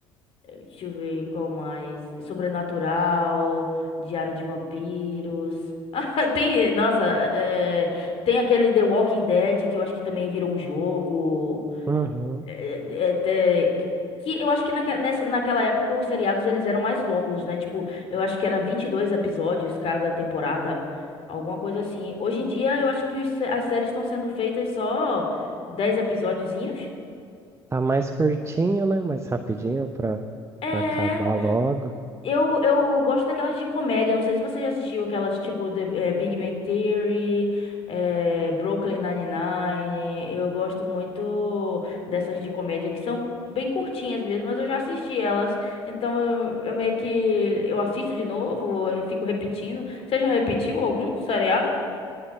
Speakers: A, on the left; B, on the right.
A: Deixa eu ver qual mais. Sobrenatural, Diário de Vampiros. <laughs> Ah, Tem, nossa, é, é, tem aquele The Walking Dead que eu acho que também virou um jogo.
B: Uhum.
A: É, é, é, é, que eu acho que naque- nessa, naquela época os seriados eles eram mais longos, né? Tipo, eu acho que era 22 episódios cada temporada, alguma coisa assim. Hoje em dia eu acho que os se- as séries estão sendo feitas só 10 episódiozinhos.
B: Tá mais curtinho, né? Mais rapidinho pra,
A: É.
B: pra acabar logo.
A: Eu, eu gosto daquelas de comédia. Não sei se você já assistiu aquelas tipo The, eh, Big Bang Theory, eh, Brooklyn Nine-Nine. Eu gosto muito dessas de comédia que são bem curtinhas mesmo, mas eu já assisti elas. Então eu, eu meio que eu assisto de novo, eu fico repetindo. Você já repetiu algum seriado?